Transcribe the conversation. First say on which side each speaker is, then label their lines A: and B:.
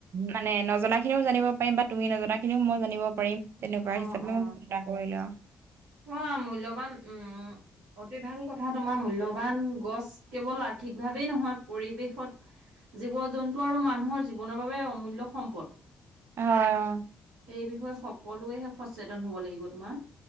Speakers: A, on the right; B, on the right.
A: মানে নজনা খিনিও জানিব পাৰিম বা তুমি নজনা খিনিও মই জানিব পাৰিম। তেনেকুৱা
B: অ
A: হিচাপেও
B: অ
A: ফোনটা কৰিলেআও,
B: তোমাৰ মূল্যবান উম অতি ভাল কথা তোমাৰ মূল্যবান গছ কেৱল আৰ্থিক ভাৱেই নহয় পৰিৱেশত জীৱ জন্তু আৰু মানুহৰ জীৱনৰ বাবে অমূল্য সম্পদ।
A: হয় অ।
B: এই বিষয়ে সকলোৱে সচেতন হ'ব লাগিব তোমাৰ।